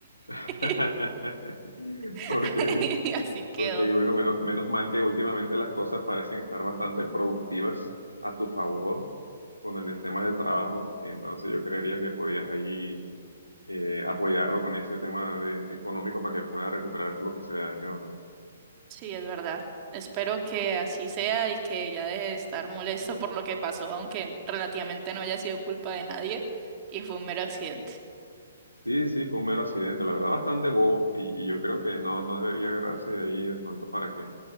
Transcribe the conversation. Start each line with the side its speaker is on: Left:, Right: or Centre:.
Left: <laughs>
Right: <laughs> <laughs>
Left: Ok,
Right: Así quedó.
Left: ok, bueno, menos, menos mal que últimamente las cosas parecen estar bastante productivas a tu favor con el, el tema del trabajo, entonces yo creería que podías ahí eh, apoyarlo con ese tema de- económico para que pueda recuperar lo que se le dañó, ¿no?
Right: Sí, es verdad. Espero que así sea y que ya deje de estar molesto por lo que pasó, aunque relativamente no haya sido culpa de nadie y fue un mero accidente.
Left: Sí, sí, fue un mero accidente, la verdad, bastante bobo, y, y yo creo que no, no debería agarrarse de ahí de pronto para que,